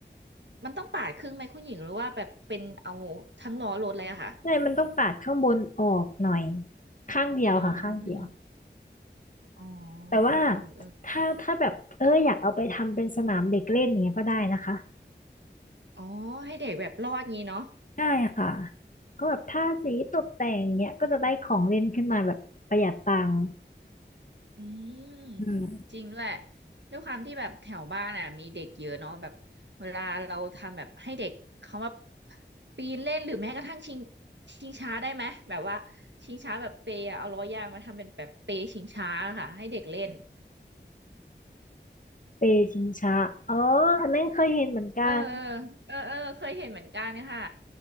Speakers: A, on the right; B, on the left.
A: มันต้องปาดครึ่งไหมคุณหญิงหรือว่าแบบเป็นเอาทั้งล้อรถเลยอะค่ะ
B: ใช่มันต้องปาดข้างบนออกหน่อยข้างเดียวค่ะข้างเดียว
A: อืม อ๋อ
B: แต่ว่า
A: เออเออ
B: ถ้าถ้าแบบเอออยากเอาไปทำเป็นสนามเด็กเล่นอย่างเงี้ยก็ได้นะคะ
A: อ๋อให้เด็กแบบรอดงี้เนาะ
B: ใช่ค่ะก็แบบทาสีตกแต่งเนี้ยก็จะได้ของเล่นขึ้นมาแบบประหยัดตังค์
A: อืม
B: อืม
A: จริงด้วยด้วยความที่แบบแถวบ้านอ่ะมีเด็กเยอะเนาะแบบเวลาเราทำแบบให้เด็กเขาว่าปีนเล่นหรือแม้กระทั่งชิงชิงช้าได้ไหมแบบว่าชิงช้าแบบเปย์อะเอาล้อยางมาทำเป็นแบบเปย์ชิงช้าค่ะให้เด็กเล่น
B: เปชิงช้าอ๋ออันนั้นเคยเห็นเหมือนกัน
A: เออเออเออเออเคยเห็นเหมือนกันค่ะ